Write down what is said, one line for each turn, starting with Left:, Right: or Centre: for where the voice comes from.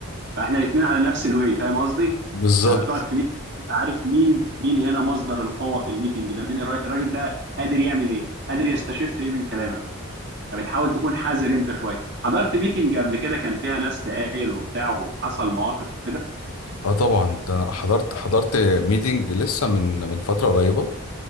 Right: فإحنا الاتنين على نفس الوي فاهم قصدي؟
Left: بالظبط
Right: لما بتقعد في ميتنج تبقى عارف مين مين هنا مصدر القوة في الميتنج ده مين الراي- الراجل ده قادر يعمل إيه؟ قادر يستشف إيه من كلامك فبتحاول تكون حذر أنت شوية حضرت ميتنج قبل كده كان فيها ناس تقايل وبتاع وحصل مواقف كده
Left: اه طبعا ده انا حضرت حضرت ميتنج لسه من من فتره قريبه